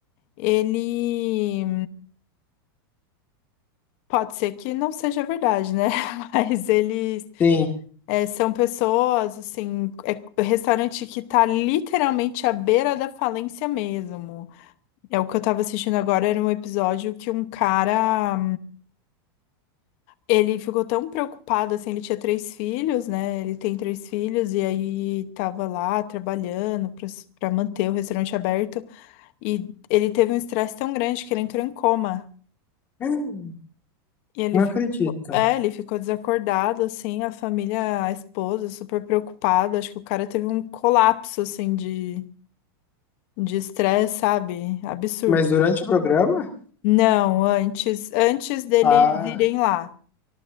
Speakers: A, on the left (about 35°); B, on the left (about 15°).
A: ele pode ser que não seja verdade, né? <laughs> Mas eles
B: Sim.
A: é, são pessoas, assim, é restaurante que tá literalmente à beira da falência mesmo. É o que eu tava assistindo agora, era um episódio que um cara. Ele ficou tão preocupado, assim, ele tinha três filhos, né? Ele tem três filhos e aí tava lá trabalhando pra para manter o restaurante aberto e ele teve um estresse tão grande que ele entrou em coma.
B: Hum,
A: E ele
B: Não
A: ficou,
B: acredito.
A: é, ele ficou desacordado, assim, a família, a esposa, super preocupada. Acho que o cara teve um colapso, assim, de de estresse, sabe? Absurdo.
B: Mas durante o programa?
A: Não, antes, antes deles
B: Ah,
A: irem lá.